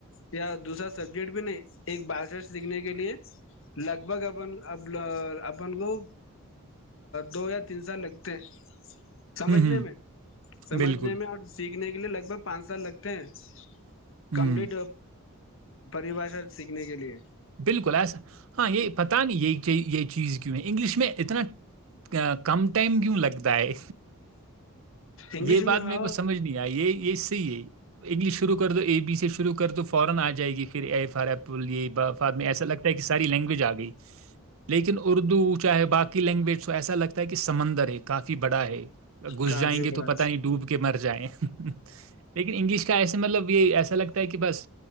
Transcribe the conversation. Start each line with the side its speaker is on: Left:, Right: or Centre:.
Left: یا دوسرا سبجیکٹ بھی نہیں ایک بارشٹ سیکھنے کے لیے لگ بھگ اپن اپن کو دو یا تین سال لگتے ہیں سمجھنے
Right: ہوں، ہوں،
Left: میں سمجھنے
Right: بالکل،
Left: میں اور سیکھ نے کےے لگ بگ پانچ سال لگے پس
Right: ہوں۔
Left: کمپلیٹ پریباشا سیکھنے کے لیے
Right: بالکل ایسا ہاں یہ پتا نہیں یہی یہ چیز کیوں ہے انگلش میں اتنا کم ٹائم کیوں لگتا ہے
Left: انگلش
Right: یہ بات
Left: میں ہو
Right: میرے کو سمجھ نہیں آئی یہ یہ صحیح ہے انگلش شرو کر دو ای بی سے شرو تو فورا ا جائے گی <unintelligible> بد میں ایسا لگتا ہے کہ ساری لینگویج آ گئی لیکن اردو چاہے باقی لینگویج <unintelligible> ایسا لگتا ہے کہ سمندر ہے کافی بڑا ہے ج <unintelligible> <inaudible> گھس
Left: کافی
Right: جائیں گے
Left: بڑا
Right: تو پتہ نہیں ڈوب کے مر جائیں لیکن انگلش کا ایسے مطلب یہ ایسا لگتا ہے کہ بس